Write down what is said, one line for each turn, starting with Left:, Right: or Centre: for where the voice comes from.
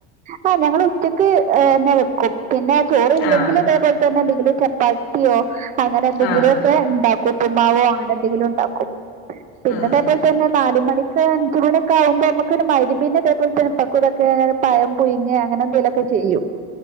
Right: ആഹ് ഞങ്ങൾ ഉച്ചക്ക് തന്നെ വെക്കും പിന്നെ ചോറ് ഇല്ലെങ്കിൽ
Left: ആഹ്
Right: ഇതേപോലെ പിന്നെ എന്തെങ്കിലും ചപ്പാത്തിയോ അങ്ങനെ എന്തെങ്കിലുക്കെ
Left: ആഹ്
Right: ഉണ്ടാക്കും ഉപ്പു മാവോ അങ്ങനെ എന്തെങ്കിലും ഉണ്ടാക്കും പിന്നതേ
Left: ആഹ്
Right: പോലെ തന്നെ നാല് മണിക്ക് അഞ്ച് മണി ആവുമ്പോ നമുക്ക് ഒരു മഹ് രിബ്ന് ഇതേപോലെ തന്നെ ഇപ്പക്കും ഇതൊക്കെ പയം പുയ്ങ്ങേ അങ്ങനെന്തെലൊക്കെ ചെയ്യും